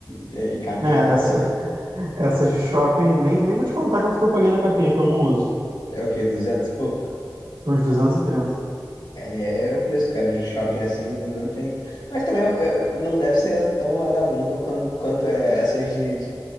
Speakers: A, on the left; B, on the right.
A: é, e capinha
B: É,
A: também.
B: essa, <laughs> essas de shopping, nem, nem vou te contar quanto que eu paguei na capinha, que eu não uso.
A: É o quê? duzentos e pouco?
B: Foi uns duzentos e trinta.
A: Aí é o preço, cara, de shopping assim, não, não tem. Mas também é, não deve ser tão vagabunda quan- quanto é essas de, de,